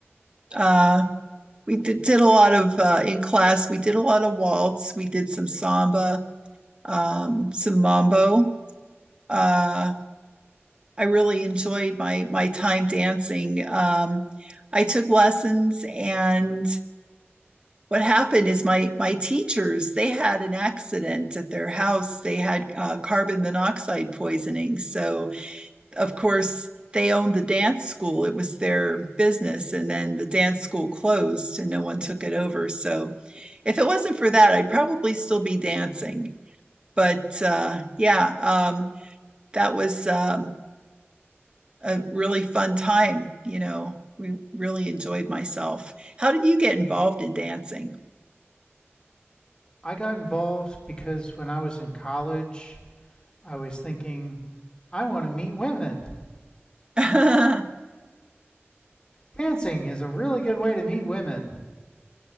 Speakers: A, on the right (about 25°); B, on the left (about 20°).
A: Uh, we did, did a lot of uh, in class. We did a lot of waltz. We did some samba, um, some mambo. Uh, I really enjoyed my my time dancing. Um, I took lessons, and what happened is my my teachers they had an accident at their house. They had uh, carbon monoxide poisoning, so of course, they owned the dance school. It was their business. And then the dance school closed and no one took it over. So if it wasn't for that, I'd probably still be dancing. But uh, yeah, um, that was um, a really fun time. You know, we really enjoyed myself. How did you get involved in dancing?
B: I got involved because when I was in college, I was thinking I want to meet women.
A: <laughs> yes,
B: Dancing is a really good way to meet women.